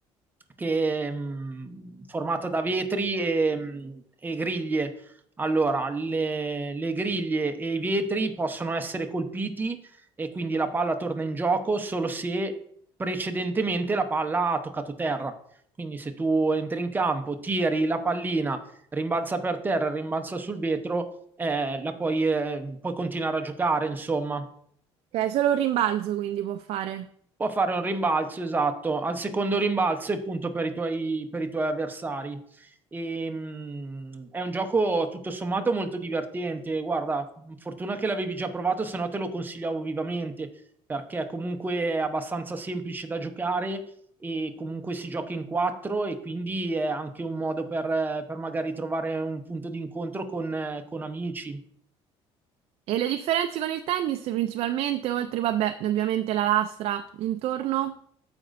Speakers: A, on the right; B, on the right.
A: che, mh, formata da vetri e, mh, e griglie. Allora, le, le griglie e i vetri possono essere colpiti e quindi la palla torna in gioco solo se precedentemente la palla ha toccato terra. Quindi se tu entri in campo, tiri la pallina, rimbalza per terra, rimbalza sul vetro, eh, la puoi, eh, puoi continuare a giocare, insomma.
B: Ok, solo un rimbalzo quindi può fare.
A: Può fare un rimbalzo, esatto, al secondo rimbalzo e punto per i tuoi, per i tuoi avversari. E, mh, è un gioco tutto sommato molto divertente. Guarda, fortuna che l'avevi già provato, se no te lo consigliavo vivamente, perché comunque è abbastanza semplice da giocare e comunque si gioca in quattro e quindi è anche un modo per, per magari trovare un punto di incontro con, con amici.
B: E le differenze con il tennis principalmente, oltre, vabbè, ovviamente la lastra intorno?